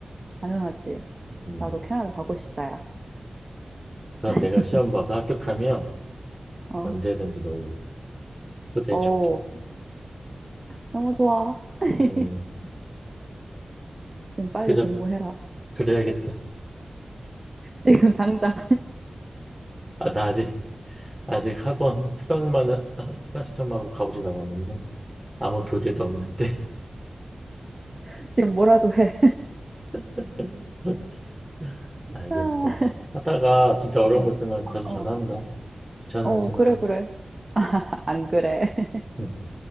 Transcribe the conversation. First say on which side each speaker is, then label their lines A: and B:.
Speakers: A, on the right; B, on the right.
A: 당연하지.
B: 음.
A: 나도 캐나다 가고 싶다, 야.
B: 그서
A: <laughs>
B: 내가 시험 봐서 합격하면,
A: 어,
B: 언제든지 놀러 초대해줄게.
A: 어, 너무 좋아. <laughs>
B: 음,
A: 지금 빨리
B: 그저,
A: 공부해라.
B: 그래야겠다.
A: 지금 당장,
B: 아, 나 아직, 아직 학원 수강만, 하- 수강 시점하고 가보진 않았는데, 아무 교재도 없는데.
A: <laughs> 지금 뭐라도 해.
B: <laughs> 알겠어.
A: 아,
B: 하다가 진짜 어려운
A: 어,
B: 거 있으면 자주
A: 어,
B: 전화한다. 귀찮아하지
A: 어, 어, 그래,
B: 마.
A: 그래. 아, 안 그래. <laughs>
B: 응,